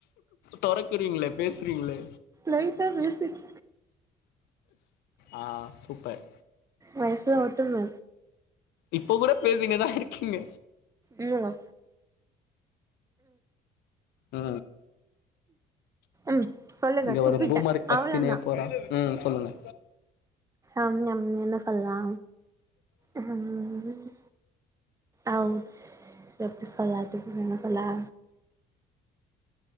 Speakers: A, on the left; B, on the right.
A: தொறக்குறீங்ளே பேசுறீங்ளே
B: லைட்டா பேசிட்
A: ஆ சூப்பர்
B: லைஃபுல்லா ஓட்டுங்க
A: இப்ப கூட பேசினின்னு தா இருக்கீங்க
B: இல்லங்க
A: அ
B: ம் சொல்லுங்க
A: இங்க
B: துப்பிட்டே
A: ஒரு பூமரு கத்தினே
B: அவ்ளோதா
A: போறா ம் சொல்லுங்க
B: அம்ஞம் என்ன சொல்லா ம் அவ்ச் எப்டி சொல்ல அட்டு என்ன சொல்ல